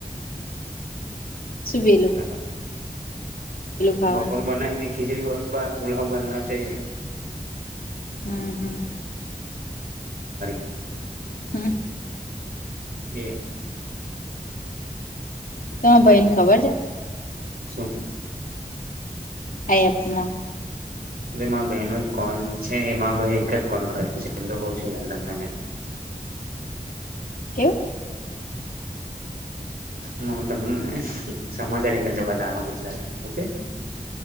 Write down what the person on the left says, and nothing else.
સુ બેલા
ખાવાનું
હમ હમ
હમ્મ
ત ભઈ ને ખબર છે
આ એપ મા
કેમ